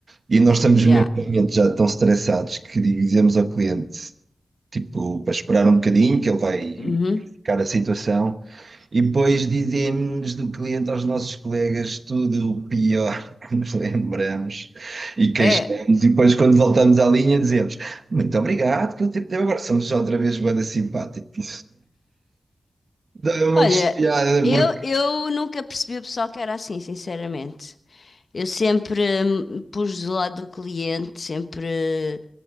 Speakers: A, on the right; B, on the left.
A: E nós estamos
B: Yeah.
A: mesmo num momento já tão estressados que dizemos ao cliente, tipo, para esperar um bocadinho, que ele vai
B: Uhum.
A: verificar a situação, e depois dizemos do cliente aos nossos colegas tudo o pior <laughs> que nos lembramos e queixamos,
B: É,
A: e depois quando voltamos à linha dizemos muito obrigado, que o tempo deu agora somos outra vez banda simpática. <laughs> Dá um
B: Olha,
A: monte de piada
B: eu,
A: <laughs> porque,
B: eu nunca percebi o pessoal que era assim, sinceramente. Eu sempre hum, pus do lado do cliente, sempre